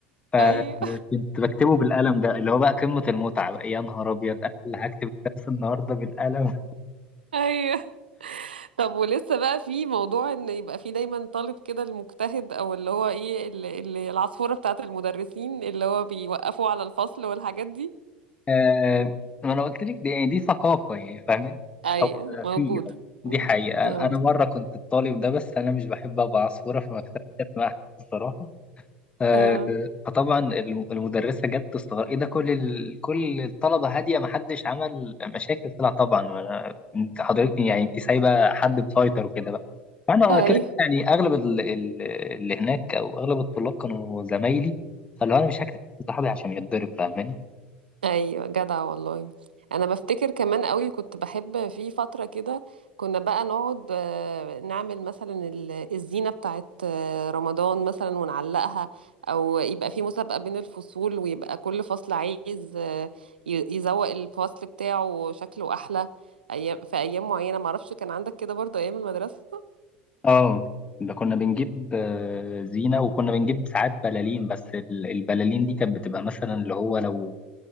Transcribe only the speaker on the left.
فكنت
بكتبه بالقلم ده اللي هو بقى قمة المتعة بقى يا نهار أبيض أنا اللي هكتب الدرس النهاردة بالقلم
آه، ما أنا قلت لك دي يعني دي ثقافة يعني فاهمين
أو آه،
في آه، دي
حقيقة
أنا مرة كنت الطالب ده بس أنا مش بحب أبقى عصفورة في مكتبة مع حد الصراحة آه،
فطبعا الم- المدرسة جت تستغرب ايه ده كل ال... كل الطلبة هادية محدش عمل مشاكل طلع طبعا وانا انت حضرتك يعني انت سايبة حد مسيطر وكده بقى فانا
كده يعني اغلب ال... ال- اللي هناك او اغلب الطلاب كانوا زمايلي فاللي هو انا مش هكتب صاحبي عشان يتضرب فاهماني
اه ده كنا بنجيب آه، زينة وكنا بنجيب ساعات بلالين بس ال- البلالين دي كانت بتبقى مثلا اللي هو لو